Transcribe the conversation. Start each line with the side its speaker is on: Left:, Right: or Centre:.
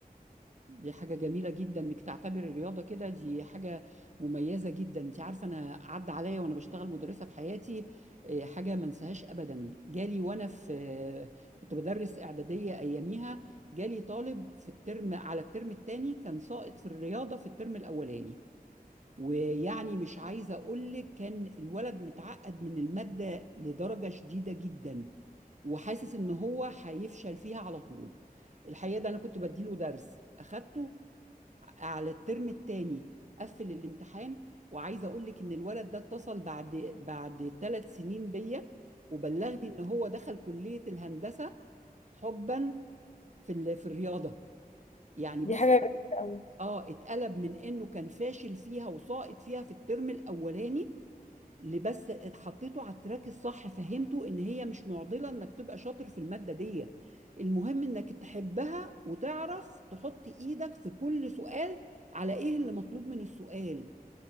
Right: دي حاجة جميلة جدا انك تعتبر الرياضة كده دي حاجة مميزة جدا انت عارفة انا عدى عليا وانا بشتغل مدرسة في حياتي آه، حاجة ما انساهاش ابدا جالي وانا في آه، كنت بدرس اعدادية اياميها جالي طالب في الترم على الترم الثاني كان ساقط في الرياضة في الترم الاولاني ويعني مش عايزة اقول لك كان الولد متعقد من المادة لدرجة شديدة جدا وحاسس ان هو هيفشل فيها على طول الحقيقة ده انا كنت بديله درس اخدته على الترم التاني قفل الامتحان وعايزه اقول لك ان الولد ده اتصل بعد بعد ثلاث سنين بيا وبلغني ان هو دخل كليه الهندسه حبا في ال- في الرياضه يعني بص
Left: دي حاجه جميله قوي
Right: اه اتقلب من انه كان فاشل فيها وساقط فيها في الترم الاولاني اللي بس اتحطيته على التراك الصح فهمته ان هي مش معضله انك تبقى شاطر في الماده دي المهم انك تحبها وتعرف تحط ايدك في كل سؤال على ايه اللي مطلوب من السؤال